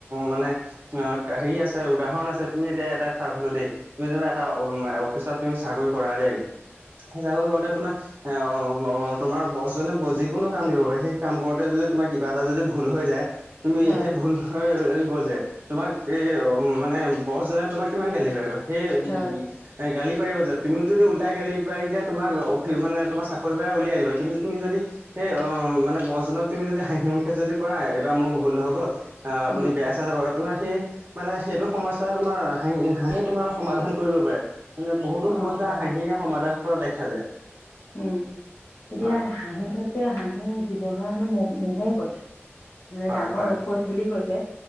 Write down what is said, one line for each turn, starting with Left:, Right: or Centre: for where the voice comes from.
Right: মানে অ', হেৰি আছে উদাহৰণ আছে তুমি এতিয়া এটা কথা ক'লো দেই। তুমি যেনিবা এটা অফিচত তুমি চাকৰি কৰা দেই, সেই চাকৰি কৰোতে তোমাৰ এ তোমাৰ বছজনে যিকোনো কাম দিব পাৰে সেই কাম কৰোতে যদি তোমাৰ কিবা এটা যদি ভুল হৈ যায়, তুমি
Left: হয়
Right: সেই ভুল গ'ল যে তোমাক এই মানে বছ জনে তোমাক কিমান গালি পাৰিব সেই
Left: হয়
Right: গালি পাৰিব যে তুমি যদি ওলটাই গালি পাৰি যো তোমাৰ অফি মানে তোমাক চা কৰিৰ পৰা উলিয়াই দিব। কিন্তু তুমি যদি সেই অ অ মানে বছজনক তুমি যদি হাঁহি মুখে যদি কোৱা, এইবাৰ মোৰ ভুল হৈ গ'ল আপুনি
Left: উম
Right: বেয়া চেয়া নাপাব। তোমাৰ সেই মানে সেইটো সমস্যা তোমাৰ হাঁহি হাঁহি তোমাৰ সমাধান কৰিব পাৰে। মানে বহুতো
Left: অ
Right: সমস্যা
Left: হয়
Right: হাঁহিয়ে সমাধান কৰা দেখা যায়
Left: উম এতিয়া
Right: হয়।
Left: হাঁহি হৈছে হাঁহি জীৱনৰ হেনো মহ মহো ঔষধ, মানে
Right: হয়
Left: ডাঙৰ
Right: হয়
Left: ঔষধ বুলি কৈছে।